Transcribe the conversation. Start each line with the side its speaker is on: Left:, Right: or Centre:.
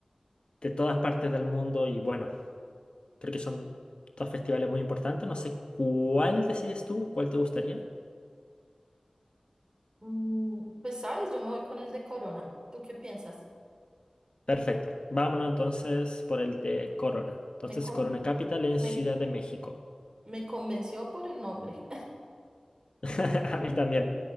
Left: de todas partes del mundo y bueno, creo que son dos festivales muy importantes. No sé cuál decides tú, cuál te gustaría.
Right: Mm, Pues sabes, yo me voy con el de Corona. ¿Tú qué piensas?
Left: Perfecto. Vámonos entonces por el de Corona. Entonces,
Right: Me, con-
Left: Corona Capital en
Right: me,
Left: Ciudad de México.
Right: me convenció por el nombre.
Left: <laughs> A mí también.